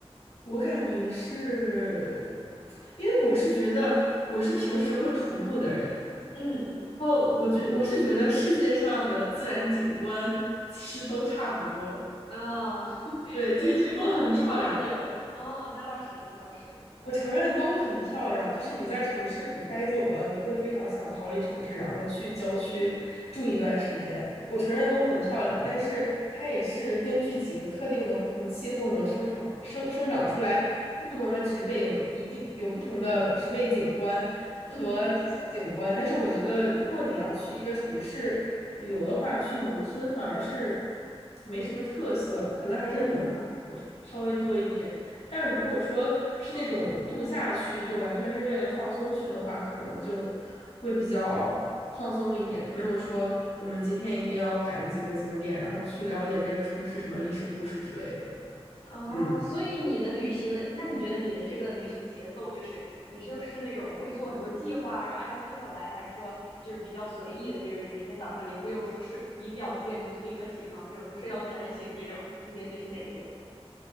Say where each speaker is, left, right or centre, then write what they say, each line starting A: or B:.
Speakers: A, on the left; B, on the left.
A: 我感觉是，因为我是觉得我是平时会徒步的人，
B: 嗯，
A: 然后我觉我是觉得世界上的自然景观其实都差不多，
B: 啊，<laughs>
A: 对，
B: 所以去不同地方是，
A: 就是都很漂亮。
B: 哦，那倒是，那倒是，
A: 我承认都很漂亮，就是你在城市里待久了，你会非常想逃离城市，然后去郊区住一段时间。我承认都很漂亮，但是它也是根据几个特定的不同气候能生长生生长出来不同的植被，有一定有不同的植被景观和地形景观。
B: 嗯
A: 但是我觉得，如果你要去一个城市旅游的话，去农村反而是没什么特色，可能还是文化旅游稍微多一点。
B: 嗯。
A: 但如果说是那种度假区，就完全是为了放松去的话，可能就会比较放松一点，没有说我们今天一定要赶几个景点，然后去了解这个城市什么历史故事之类的。
B: 哦，
A: 嗯，
B: 所以你的旅行的，那你觉得你的这个旅行节奏就是，你是是那种会做很多计划，然后按照计划来，还是说就是比较随意的，就是每天早上也不用说睡，一定要几点钟就立刻起床，这种就睡到自然醒这种？你觉得你是哪一种？